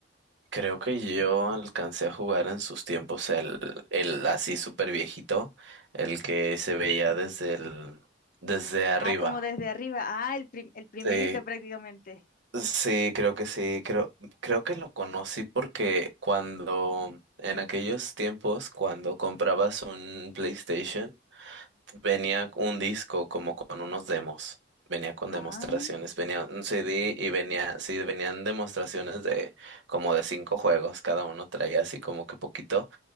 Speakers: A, on the right; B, on the left.
A: Creo que yo alcancé a jugar en sus tiempos el, el así súper viejito, el que se veía desde el, desde arriba.
B: Ah, como desde arriba. Ah, el, pri- el primerito
A: Sí,
B: prácticamente.
A: sí, creo que sí. Creo, creo que lo conocí porque cuando, en aquellos tiempos, cuando comprabas un PlayStation, Venía un disco como con unos demos, venía con demostraciones,
B: Ah,
A: venía un CD y venía, sí, venían demostraciones de como de cinco juegos, cada uno traía así como que poquito